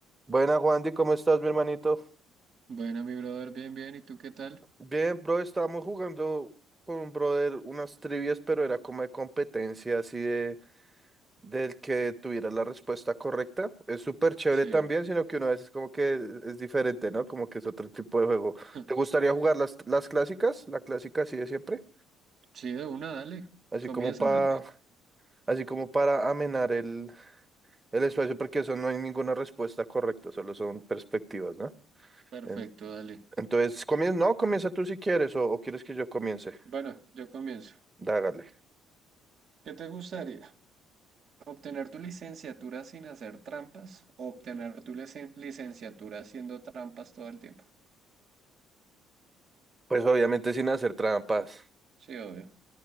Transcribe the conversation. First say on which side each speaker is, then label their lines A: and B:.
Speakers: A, on the right (about 15°); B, on the right (about 50°).
A: Buena, Juandy, ¿cómo estás, mi hermanito?
B: Bueno, mi brother, bien, bien. ¿Y tú qué tal?
A: Bien, bro, estábamos jugando con un brother unas trivias, pero era como de competencia, así de del que tuviera la respuesta correcta. Es súper chévere
B: Sí.
A: también, sino que una vez es como que es diferente, ¿no? Como que es otro tipo de juego.
B: <laughs>
A: ¿Te gustaría jugar las, las clásicas? La clásica así de siempre,
B: Sí, de una, dale.
A: así
B: ¿Comienzas
A: como para,
B: o qué?
A: así como para amenar el, el espacio, porque eso no hay ninguna respuesta correcta, solo son perspectivas, ¿no?
B: Perfecto,
A: En-
B: dale.
A: Entonces, comien no, comienza tú si quieres, o o quieres que yo comience.
B: Bueno, yo comienzo.
A: Dágale.
B: ¿Qué te gustaría? ¿Obtener tu licenciatura sin hacer trampas o obtener tu licen- licenciatura haciendo trampas todo el tiempo?
A: Pues obviamente sin hacer trampas.
B: Sí, obvio.